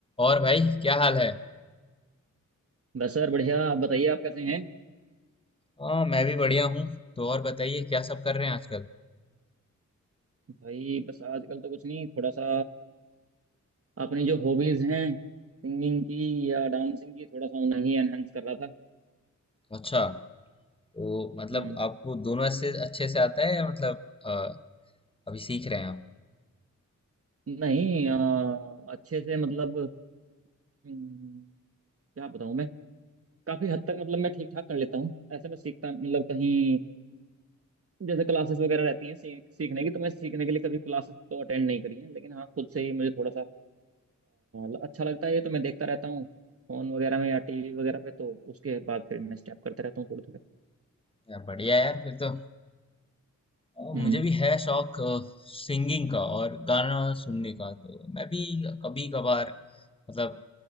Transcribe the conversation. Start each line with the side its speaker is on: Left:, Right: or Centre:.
Left: और भाई क्या हाल है
Right: बस सर बढ़िया आप बताइए आप कैसे हैं
Left: हाँ मैं भी बढ़िया हूँ तो और बताइए क्या सब कर रहे हैं आजकल
Right: भाई बस आजकल तो कुछ नहीं थोड़ा सा अपनी जो हॉबीज हैं सिंगिंग की या डांसिंग की थोड़ा सा उन्हें ही एनहेंस कर रहा था
Left: अच्छा तो मतलब
Right: हम्म
Left: आपको दोनों से अच्छे से आता है या मतलब अ, अभी सीख रहे हैं आप
Right: नहीं अ, अच्छे से मतलब हम्म, क्या बताऊँ मैं काफी हद तक मतलब मैं ठीक ठाक कर लेता हूँ ऐसे मैं सीखता मतलब कहीं जैसे क्लासेस वगैरह रहती हैं सीख, सीखने की तो मैं सीखने के लिए कभी क्लासेस तो अटेंड नहीं करी हैं लेकिन हाँ खुद से ही मुझे थोड़ा सा अ, अच्छा लगता है ये तो मैं देखता रहता हूँ फोन वगैरह में या टीवी वगैरह पे तो उसके बाद फिर मैं स्टेप करता रहता हूँ थोड़े थोड़े
Left: यार बढ़िया यार फिर तो अ,
Right: हम्म
Left: मुझे भी है शौक सिंगिंग का और गाना सुनने का तो मैं भी कभी कभार मतलब